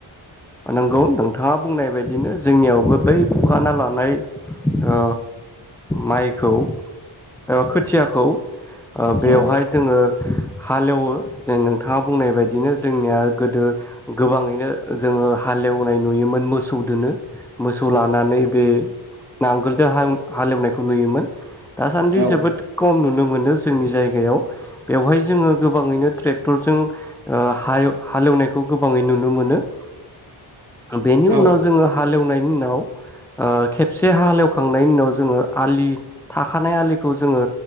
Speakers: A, in the centre; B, on the right.
A: नंगौ नोंथाङा बुंनाय बायदिनो जोंनियावबो बै फुखाना लानाय ओ माइखौ ओ खोथियाखौ ओ बेवहाय
B: औ
A: जोङो हालेवो जे नोंथाङा बुंनाय बायदिनो जोंनिया गोदो गोबाङैनो जोङो हालेवनाय नुयोमोन मोसौ दोनो मोसौ लानानै बे नांगोलजों हालेवनायखौ नुयोमोन । दासान्दि
B: औ
A: जोबोद खम नुनो मोन मोनो जोंनि जायगायाव बेवहाय जोङो गोबाङैनो ट्रेक्टरजों ओ हालेवनायखौ गोबाङै नुनो मोनो । बेनि
B: औ
A: उनाव जोङो हालेवनाय उनाव ओ खेबसे हाल एवखांनायनि उनाव जोङो आलि थाखानाय आलिखौ जोङो